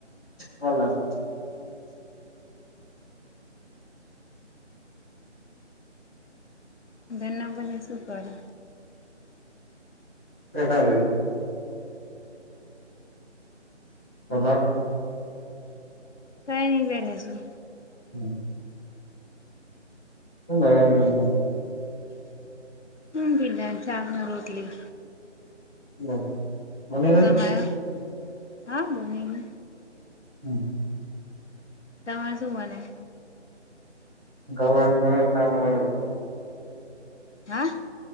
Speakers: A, in the centre; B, on the left.
A: બાકી
B: ઘર ણા બધાં શુ કરે?
A: <unintelligible> તમાર
B: કાઈ નહી બેઠા છી.
A: હમ્મ શુ બનવું જમવાનું.
B: હમ્મ ભિડ ચાક ને રોટલી.
A: <unintelligible> જમવામાં
B: તમારે હા બનવું?
A: હમ્મ
B: તમાર શું બનવું?
A: ગવાર નું શાક
B: હા